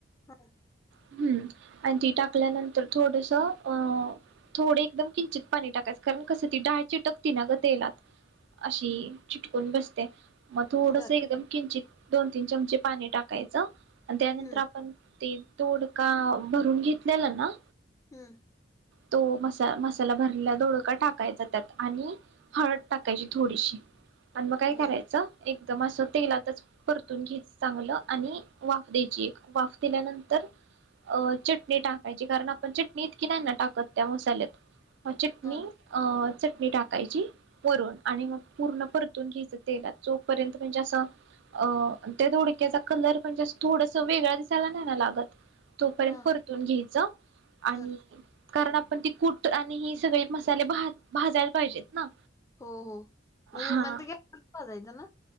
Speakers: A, on the left; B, on the right.
A: हा.
B: हम्म आणि ती टाकल्यानंतर थोडस त अह थोडे एकदम किंचित पाणी टाकायचं कारण कसं ती डाळ चिटकती ना ग तेलात अशी चिटकून बसते. मग थोडंस
A: बर
B: एकदम किंचित दोन तीन चमचे पाणी टाकायचं. आणि त्यानंतर
A: हं
B: आपण ती दोडका भरून घेतलेला ना?
A: हम्म.
B: तो मसा मसाला भरल्याला दोडका टाक काय जातात आणि हळद टाकायची थोडीशी. आणि मग काय करायचं?
A: बर
B: एकदम असं तेलातच परतून घ्यायच चांगलं आणि वाफ द्यायची एक. वाफ दिल्यानंतर अह चटणी टाकायची कारण आपण चटणी इतकी नाही ना टाक कत त्या मसाल्यात. म चटणी
A: हा
B: अह चटणी टाकायची वरून आणि मग पूर्ण परतून घ्यायचं तेलात जोपर्यंत म्हणजे असं अह त्या दोडक्याचा कलर म्हणजे अस थोडस वेगळा दिसायला नाही ना लागत तोपर्यंत
A: हा
B: परतून घ्यायच आणि
A: बर
B: कारण आपण ती कुट आणि ही सगळे मसाले भा भाजायला पाहिजेत ना
A: हो हो मग हे
B: हा
A: <unintelligible> है ना.